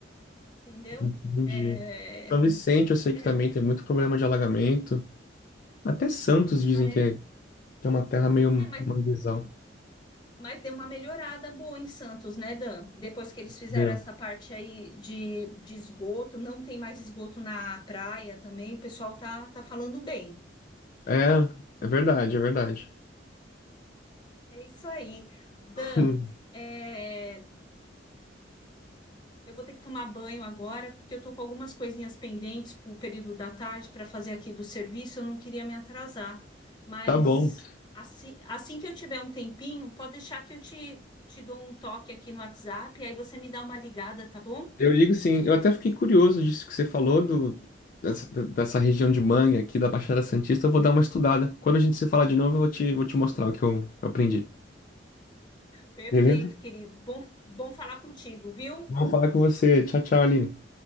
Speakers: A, on the left (about 25°); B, on the left (about 45°).
A: entendeu?
B: entendi.
A: É,
B: São Vicente, eu sei
A: é,
B: que também tem muito problema de alagamento. Até Santos dizem
A: pare-
B: que é, que é uma terra meio
A: é, mas,
B: manguezal.
A: mas deu uma melhorada boa em Santos, né, Dan? Depois que eles fizeram
B: Entendeu?
A: essa parte aí de, de esgoto, não tem mais esgoto na praia também, o pessoal tá, tá falando bem.
B: É, é verdade, é verdade.
A: É isso aí. Dan,
B: <laughs>
A: é, Eu vou ter que tomar banho agora, porque eu tô com algumas coisinhas pendentes para o período da tarde para fazer aqui do serviço. Eu não queria me atrasar, mas
B: Tá bom.
A: assim, assim que eu tiver um tempinho, pode deixar que eu te, te dou um toque aqui no WhatsApp, aí você me dá uma ligada, tá bom?
B: Eu ligo sim. Eu até fiquei curioso disso que você falou, do, dessa, dessa região de Mangue aqui da Baixada Santista. Eu vou dar uma estudada. Quando a gente se falar de novo, eu vou te, vou te mostrar o que eu, eu aprendi.
A: Perfeito,
B: Beleza?
A: querido. Bom, bom falar contigo, viu?
B: Vou falar com você. Tchau, tchau, Aline.